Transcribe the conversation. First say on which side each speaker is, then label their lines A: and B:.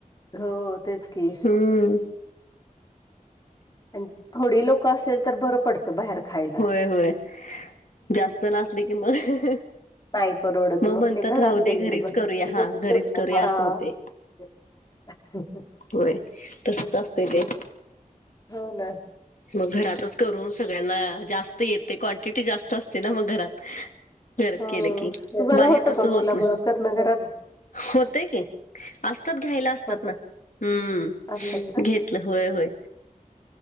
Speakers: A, on the left; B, on the left.
A: हो, तेच की.
B: हम्म.
A: अन थोडी लोकं असेल, तर बरं पड त, बाहेर खायला.
B: होय होय, जास्त ना असले कि, मग
A: नाही परडवत, मग
B: म्हणतात
A: ते घरात
B: राहू दे
A: गेलेले
B: घरीच
A: बस
B: करूया हा घरीच करूया असं होते
A: <unintelligible> ह ह.
B: व्हय, तसंच असतंय ते.
A: हो ना
B: मग घरातच करून सगळ्यांना, जास् त येते, क्वांटिटी जास्त असते ना, मग घरात. जर
A: हो
B: केलं की,
A: तुम्हाला
B: बाहेर
A: होतं
B: तसं
A: का
B: होत
A: मुलामुळं
B: ना
A: करणं घरात?
B: होतय की, असतात घ्यायला असतात
A: होत
B: ना. हम्म,
A: असतात का?
B: घेतलं होय-होय.